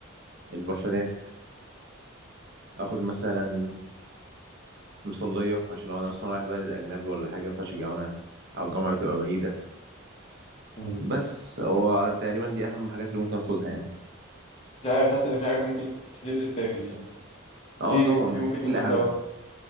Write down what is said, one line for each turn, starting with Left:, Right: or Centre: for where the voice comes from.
Right: البرفانات اخد مثلا مصلية عشان لو انا مثلا رايح بلد اجنبي ولا حاجة ما ينفعش الجامعة او الجامعة بتبقى بعيدة
Left: مم.
Right: بس هو تقريبا دي اهم حاجات اللي ممكن اخدها يعني
Left: مش عارف حاسس ان في حاجات ممكن كتير تتاخد يعني
Right: اه
Left: في
Right: طبعا
Left: في
Right: بس
Left: ممكن تاخد
Right: دي الاهم
Left: دواء